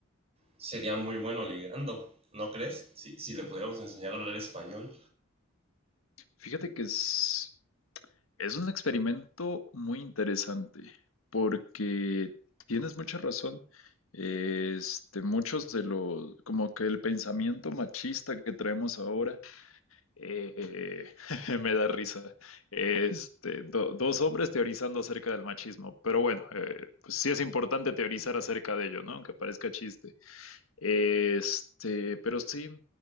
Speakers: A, on the right (about 30°); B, on the left (about 85°).
A: sería muy bueno ligando. ¿No crees? Si, si le pudiéramos enseñar a hablar español.
B: Fíjate que es, es un experimento muy interesante porque tienes mucha razón. Este, muchos de los, como que el pensamiento machista que traemos ahora, eh, <laughs> me da risa. Este, do- dos hombres teorizando acerca del machismo, pero bueno, eh, pues sí es importante teorizar acerca de ello, ¿no? Aunque parezca chiste. Este, pero sí,